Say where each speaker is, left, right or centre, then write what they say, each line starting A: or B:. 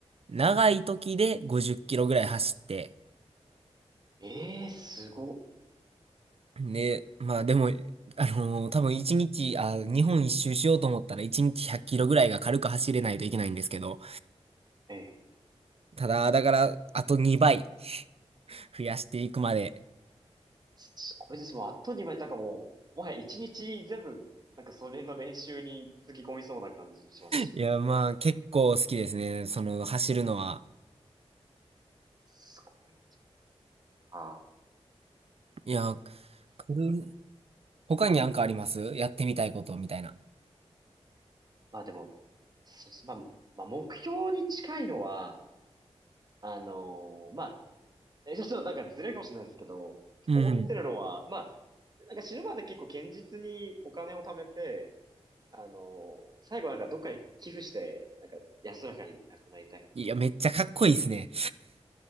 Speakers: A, on the right; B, on the right.
A: 長い時で50キロぐらい走って、
B: ええーすごっ。
A: で、まあでも、あのー多分一日、あ、日本一周しようと思ったら一日100キロぐらいが軽く走れないといけないんですけど、
B: ええい
A: ただ、だから、あと2倍増やしていくまで。
B: やすごいです。もう、あとにういなんかもう、もはや一日全部、なんかそれの練習につぎ込みそうな感じしますし。
A: いや、まあ結構好きですね。その、走るのは。
B: すごっか。
A: いや、これ他になんかありますやってみたいことみたいな。
B: まあでも、そうです。まあ、まあ、目標に近いのは、あのーまあ、えちょっとなんかずれるかもしれないですけど、結構思ってるのは、
A: うん。
B: まあ、なんか死ぬまで結構堅実にお金を貯めて、あのー最後なんかどっかに寄付して、なんか安らかに亡くなりたいなと
A: いや、めっちゃかっこいいですね。